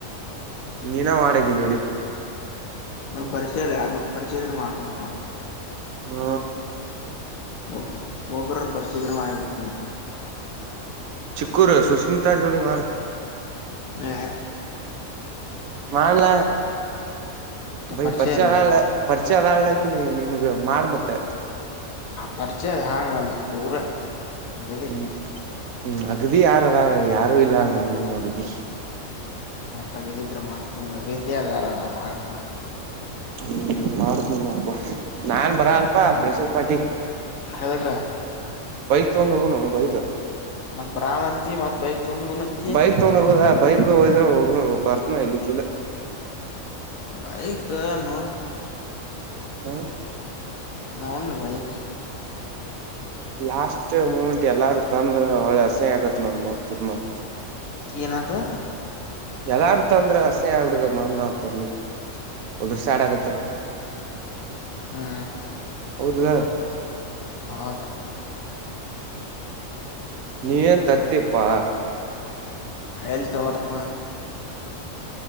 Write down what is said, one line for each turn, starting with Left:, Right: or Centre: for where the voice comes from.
Right: ನೀನ ಮಾಡಗ ಜೋಡಿ
Left: ಹ ಪರಿಚಯಲ್ಲ ಯಾರು ಪರಿಚಯದಲ್ಲಿರ ಮಾಡ
Right: ಹ್ಮ
Left: ಮೊಬ್ ಮೊಬಬರ ಪರಿಶೀ್ಧರ ಆ ಬಿರುತಂದ
Right: ಚಿಕ್ಕೂರು ಸುಸ್್ಮಿತಾ ಜೋಡಿಿ ಮಾಡ
Left: ಯ
Right: ಮಾಡನ್ಲ ಬೈ
Left: ಪರಿಚಯ
Right: ಪರ್ಚೆಲ್ಲ
Left: ಇಲ್ಲ ನಮಗ
Right: ಪ ಇ ಅದಲಕ ನೀ ನನ್ಗ ಮಾಡ್ ಮತ್ತೆ
Left: ಪರಿಚಯ ಹಾಂಗಲ್ಲ ಪೂರ ಅಗದಿ
Right: ಹ್ಮ್ ಹ್ಮ್ ಅಗ್ದಿ ಯಾರ ಅದ ಯಾರು ಇಲ್ಲ ನಮಗುನು ಅಗ್ದಿ
Left: ತಗದಿದ್ರ ಮಾಡ್ತನ ಮಗಿದ ಅಲ್ಲಾರ ಅವ ನೀವು
Right: ಹ್ಮ್ ಮಾಡ್ತೀನಿ ನಬ ನಾನ್ ಬರ ಅಲ್ಪ ಬಸತ್ ಪಾಟಿ
Left: ಹಕ್ಕ
Right: ಇೊ ಹೋಗೋಣ ಬಹಾ
Left: ಮಕ್ ಬ್ರಲ್ಂಂತಿ ಮ ಬೈಕ್ ತೊಂದು ಕೊನಂತಿ
Right: ಬೈಕ್ ತಗೊಂಡ್ ಹೋಗೋದ ಬೈಕ್ ಹೋದ್ರೆೋಗ ಬರ್ತನ ಇಲ್ಲಿಕ್ಕಿಲ್ಲ
Left: ಭೈ ಗ ನೋ
Right: ಹ್ಮ
Left: ನಾ ಭೈಕ್
Right: ಲಾಸ್ಟ್ ಮೂಮೆಂಟ್ ಎಲ್ಲಾರು ತಂದ್ರ ಹೊಳೆ ಹಸಹ ಆಕತ್ ನಾವ್ ನೋಡ್ತಿರ್ ಮತ್
Left: ಏನಾದ
Right: ಎಲ್ಲಾರ್ ತಂದ್ರ ಹಸೆ ಬಿಡಿದ ಮ್ ನಾವ ತರ್ಲಿ ಉದ್ರ ಸ್ಯಾಡ್ ಆಗತ್ರ
Left: ಹ್ಮ
Right: ಹೌದಲ
Left: ಹೌದಾ
Right: ನೀ ನ್ ತರ್ತೀಪ್ಪಾ
Left: ಹಳ್ತ ವರ್ತಮ್ಮ